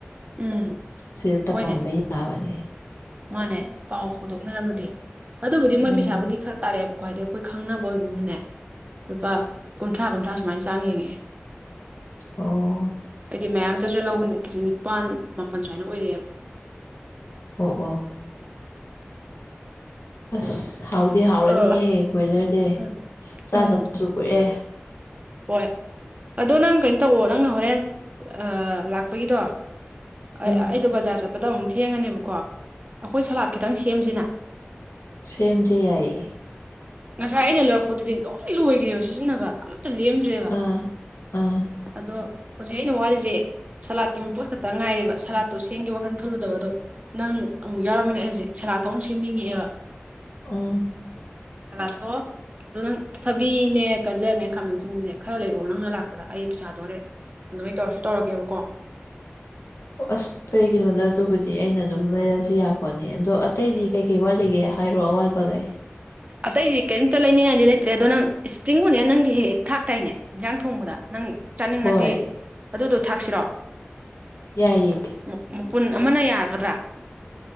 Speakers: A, on the right; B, on the left.
A: ꯎꯝ
B: ꯁꯤꯗ ꯇꯧꯔꯝꯕ
A: ꯍꯣꯏꯅꯦ
B: ꯌꯥꯕꯅꯦ
A: ꯃꯥꯅꯦ ꯄꯥꯎ ꯍꯣꯗꯣꯛꯅꯔꯝꯃꯗꯤ ꯑꯗꯨꯕꯨꯗꯤ
B: ꯎꯝ
A: ꯃꯣꯏ ꯄꯩꯁꯥꯕꯨꯗꯤ ꯈ꯭ꯔ ꯇꯥꯔꯛꯑꯦꯕꯀꯣ ꯍꯥꯏꯗꯤ ꯑꯩꯈꯣꯏ ꯈꯪꯅꯕ ꯑꯣꯏꯕꯅꯤꯅꯅꯦ ꯂꯨꯄꯥ ꯀꯨꯟꯊ꯭ꯔꯥ ꯀꯨꯟꯊ꯭ꯔꯥ ꯁꯨꯃꯥꯏꯅ ꯆꯥꯡ ꯌꯦꯡꯉꯛꯑꯦ
B: ꯑꯣ
A: ꯍꯥꯏꯗꯤ ꯃꯌꯥꯝꯇꯥꯖꯨ ꯂꯧꯕꯅꯤꯅ ꯀꯦꯖꯤ ꯅꯤꯄꯥꯥꯟ ꯃꯥꯄꯜ ꯁꯨꯃꯥꯏꯅ ꯑꯣꯏꯔꯛ ꯑꯦꯕ
B: ꯑꯣ ꯑꯣ ꯑꯁ ꯍꯥꯎꯗꯤ ꯍꯥꯎꯔꯅꯤꯍꯦ
A: ꯑ
B: ꯀꯣꯏꯂꯔꯖꯦ
A: ꯎꯝ
B: ꯆꯥꯗꯕꯁꯨ
A: ꯎꯝ
B: ꯀꯨꯏꯔꯦ
A: ꯍꯣꯏ ꯑꯗꯣ ꯅꯪ ꯀꯩꯅꯣ ꯇꯧꯑꯣ ꯅꯪꯅ ꯍꯣꯔꯦꯟ ꯑ ꯂꯥꯛꯄꯒꯤꯗꯣ ꯑ-ꯑꯩꯗꯣ
B: ꯎꯝ
A: ꯕꯖꯥꯔ ꯆꯠꯄꯗ ꯑꯃꯨꯛ ꯊꯦꯡꯉꯅꯦꯕꯀꯣ ꯑꯩꯈꯣꯏ ꯁꯂꯥꯠ ꯈꯤꯇꯪ ꯁꯦꯝꯖꯤꯅ
B: ꯁꯦꯝꯖꯦ ꯌꯥꯏꯌꯦ
A: ꯉꯁꯥꯏ ꯑꯩꯅ ꯂꯧꯔꯛꯄꯗꯨꯗꯤ ꯂꯣꯏ ꯂꯣꯏꯒ꯭ꯔꯦꯕ ꯁꯤꯖꯤꯟꯅꯕ ꯑꯃꯠꯇ ꯂꯦꯝꯗ꯭ꯔꯦꯕ
B: ꯑꯥ ꯑꯥ
A: ꯑꯗꯣ ꯍꯨꯖꯤꯛ ꯑꯩꯅ ꯋꯥꯔꯤꯖꯦ ꯁꯂꯥꯠ ꯀꯤ ꯃꯄꯣꯠ ꯈꯇꯪ ꯉꯥꯏꯔꯦꯕ ꯁꯂꯥꯗꯇꯣ ꯁꯦꯝꯒꯦ ꯋꯥꯈꯜ ꯈꯜꯂꯨꯗꯕ ꯑꯗꯣ ꯅꯪ ꯑꯃꯨꯛ ꯌꯥꯎꯔꯝꯃꯤꯅ ꯑꯩ ꯍꯧꯖꯤꯛ ꯁꯦꯂꯥꯗꯇꯣ ꯑꯃꯨꯛ ꯁꯦꯝꯅꯤꯡꯉꯛꯑꯦꯕ
B: ꯎꯝ
A: ꯁꯂꯥꯗꯇꯣ ꯑꯗꯣ ꯅꯪ ꯊꯕꯤꯅꯦ ꯒꯖꯔꯅꯦ ꯈꯥꯃꯟꯁꯤꯟꯕꯤꯅꯦ ꯈꯔ ꯂꯩꯔꯛꯑꯣ ꯅꯪꯅ ꯂꯥꯛꯄꯗ ꯑꯩ ꯄꯩꯁꯥꯗꯣ ꯍꯣꯔꯦꯟ ꯑꯗꯨꯃꯥꯏꯅ ꯇꯧꯔꯁꯨ ꯇꯧꯔꯒꯦꯕꯀꯣ
B: ꯑꯣ ꯑꯁ ꯀꯩꯒꯤꯅꯣꯗ ꯑꯗꯨꯕꯨꯗꯤ ꯑꯩꯅ ꯑꯗꯨꯝ ꯂꯩꯔꯛ ꯑꯁꯨ ꯌꯥꯄꯣꯠꯅꯤ ꯑꯗꯣ ꯑꯇꯩꯗꯤ ꯀꯩꯀꯩ ꯋꯥꯠ ꯂꯤꯒꯦ ꯍꯥꯏꯔꯛ ꯑꯣ ꯑꯋꯥꯠꯄꯒꯩ
A: ꯑꯇꯩꯗꯤ ꯀꯩꯝꯇ ꯂꯩꯅꯤꯡꯉꯥꯏꯗꯤ ꯂꯩꯇ꯭ꯔꯦ ꯑꯗꯣ ꯅꯪ ꯁꯄ꯭ꯔꯤꯡ ꯑꯣꯅꯤꯌꯟ ꯅꯪꯗꯤ ꯍꯦꯛ ꯍꯦꯛ ꯊꯥꯛꯇꯥꯏꯅꯦ ꯏꯟꯖꯥꯡ ꯊꯣꯡꯕꯗ ꯅꯪ ꯆꯥꯅꯤꯡꯉꯗꯤ
B: ꯍꯣꯏ
A: ꯑꯗꯨꯗꯣ ꯊꯥꯛꯁꯤꯔꯣ
B: ꯌꯥꯏꯌꯦ
A: ꯃꯥ ꯃ-ꯃꯄꯨꯟ ꯑꯃꯅ ꯌꯥꯒꯗ꯭ꯔꯥ